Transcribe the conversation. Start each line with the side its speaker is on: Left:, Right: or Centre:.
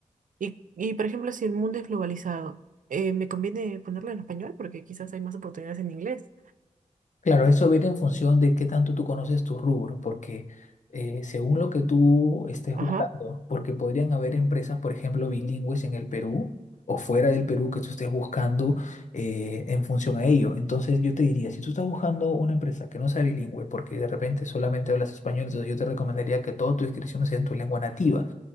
Right: Y, y, por ejemplo, si el mundo es globalizado, eh, ¿me conviene ponerlo en español? Porque quizás hay más oportunidades en inglés.
Left: Claro, eso viene en función de qué tanto tú conoces tu rubro, porque eh, según lo que tú estés
Right: Ajá.
Left: buscando, porque podrían haber empresas, por ejemplo, bilingües en el Perú o fuera del Perú que tú estés buscando eh, en función a ello. Entonces yo te diría, si tú estás buscando una empresa que no sea bilingüe, porque de repente solamente hablas español, entonces yo te recomendaría que toda tu inscripción sea en tu lengua nativa.